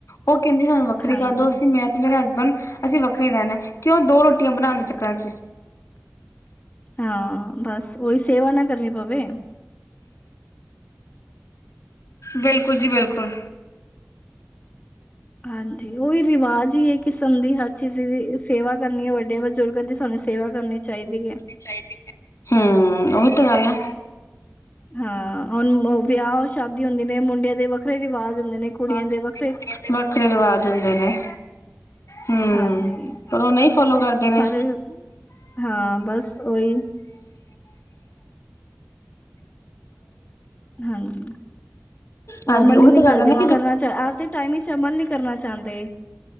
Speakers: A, on the left; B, on the left.
A: ਉਹ ਕਹਿੰਦੀ ਸਾਨੂੰ ਵੱਖਰੀ
B: ਹਾਂਜੀ।
A: ਕਰ ਦੋ, ਅਸੀਂ ਮੈਂ ਤੇ ਮੇਰਾ ਹਸਬੈਂਡ ਅਸੀਂ ਵੱਖਰੇ ਰਹਿਣਾ, ਕਿਉਂ ਦੋ ਰੋਟੀਆਂ ਬਣਾਉਣ ਦੇ ਚੱਕਰਾਂ ਚ
B: ਹਾਂ ਬਸ ਉਹੀ, ਸੇਵਾ ਨਾ ਕਰਨੀ ਪਵੇ
A: ਬਿਲਕੁਲ ਜੀ ਬਿਲਕੁਲ।
B: ਹਾਂਜੀ ਉਹੀ ਰਿਵਾਜ਼ ਹੀ ਹੈ ਕਿਸਮ ਦੀ, ਹਰ ਚੀਜ਼ ਦੀ, ਸੇਵਾ ਕਰਨੀ ਹੈ ਵੱਡੇ ਬਜ਼ੁਰਗਾਂ ਦੀ ਸਾਨੂੰ ਸੇਵਾ ਕਰਨੀ ਚਾਹੀਦੀ ਹੈ।
A: ਚਾਹੀਦੀ ਹੈ, ਉਹੀ ਤੇ ਗੱਲ ਆ।
B: ਹਾਂ, ਹੁਣ ਵਿਆਹ ਸ਼ਾਦੀ ਹੁੰਦੀ ਨੇ, ਮੁੰਡਿਆਂ ਦੇ ਵੱਖਰੇ ਰਿਵਾਜ਼ ਹੁੰਦੇ ਨੇ, ਕੁੜੀਆਂ ਦੇ
A: ਹੁੰਦੇ
B: ਵਰੇ
A: ਵੱਖਰੇ ਰਿਵਾਜ਼ ਹੁੰਦੇ ਨੇ। ਹੂ,
B: ਹਾਂਜੀ
A: ਪਰ ਉਹ ਨਹੀਂ ਫੋਲੋ ਕਰਦੇ ਨੇ।
B: ਸਾਰੇ ਹਾਂ ਬਸ ਉਓਹੀ। ਹਾਂਜੀ ਉਹ
A: ਹਾਂਜੀ
B: ਅਮਲ
A: ਉਹੀ
B: ਹੀ ਨਹੀਂ
A: ਤੇ
B: ਕਰਦੇ
A: ਗੱਲ ਆ ਨਾ
B: ਕਰਨਾ ਚਾਹ ਅੱਜ ਦੇ ਟਾਈਮ ਵਿੱਚ ਅਮਲ ਨਹੀਂ ਕਰਨਾ ਚਾਹੁੰਦੇ